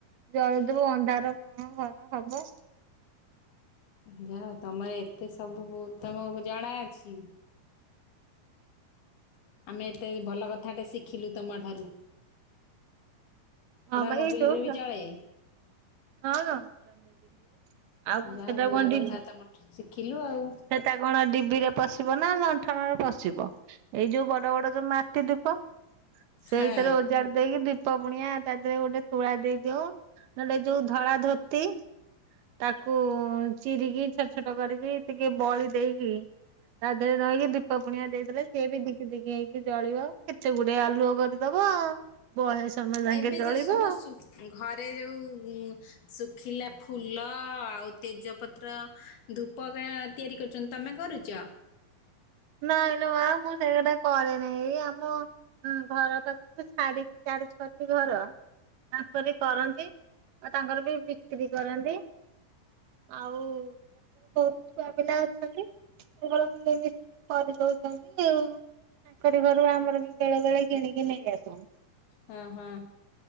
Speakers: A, on the right; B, on the left.
A: ଜଳଥୁବୁ ଅନ୍ଧାର କଣ ଘର ହବ।
B: ଯାହା ହୋଉ ତମର ଏତେ ସବୁ ବୁ ତମକୁ ଜଣା ଅଛି। ଆମେ ଏତେ ଭଲ କଥାଟେ ଶିଖିଲୁ ତମଠାରୁ।
A: ହଁ ପା
B: ମୋବିଲରେ
A: ଏଇ ଯୋଉ <unintelligible>
B: ବି
A: ହଁ।
B: ଜଳେ।
A: ଆଉ କଣ
B: ଯାହା
A: ସେଟା
B: ହଉ ନୂଆ
A: କଣ
B: କଥା
A: ଠିକ୍।
B: ତମଠୁ ଶିଖିଲୁ ଆଉ।
A: ସେଟା କଣ ଡିବିରେ ପଶିବ ନା ଲଣ୍ଠନରେ ପଶିବ। ଏଇ ଯୋଉ ବଡ ବଡ ଯୋଉ ମାଟି ଦୀପ ସେଇଥିରେ
B: ହଁ
A: ଓଜାଡି ଦେଇକି ଦୀପ ବୁଣିଆ ତା ଦେହରେ ଗୋଟେ ତୁଳା ଦେଇ ଦିଅ ନହଲେ ଯୋଉ ଧଳା ଧୋତି ତାକୁ ଚିରିକି ଛୋଟ ଛୋଟ କରିକି ଟିକେ ବଳି ଦେଇକି ତାଦେହରେ ରହିକି ଦୀପ ପୁଣିଆ ଦେଇଦେଲେ ସିଏ ବି ଦିକି ଦିକି ହେଇକି ଜଳିବ କେତେ ଗୋଟେ ଆଲୁଅ କରି ଦବ ବହେ ସମୟ ସାଙ୍ଗେ
B: ଏବେ
A: ଜଳିବ।
B: ଯୋଉ ସବୁ ସୁ ଘରେ ଯୋଉ ଶୁଖିଲା ଫୁଲ ଆଉ ତେଜପତ୍ର ଧୂପ କା ତିଆରି କରୁଚନ୍ତି। ତମେ କରୁଚ?
A: ନାଇଁଲୋ ମାଁ ମୁଁ ସେଇଗୁଡା କରେନାଇଁ ଏଇ ଆମ ହୁଁ ଘର ପାଖକୁ ଛାଡିକି ଚାରି ଛଅଟି ଘର। ତାଙ୍କରି କରନ୍ତି ଆଉ ତାଙ୍କର ବି ବିକ୍ରି କରନ୍ତି। ଆଉ ତାଙ୍କର ବୋହୁତ ଛୁଆ ପିଲା ଅଛନ୍ତି ତାଙ୍କର ମିଳିମିଶିକି କରିଦୋଉଚନ୍ତି ଆଉ ତାଙ୍କରି ଘରୁ ଆମର ବି ବେଳେ ବେଳେ କିଣିକି ନେଇ ଆସୁ।
B: ହଁ ହଁ।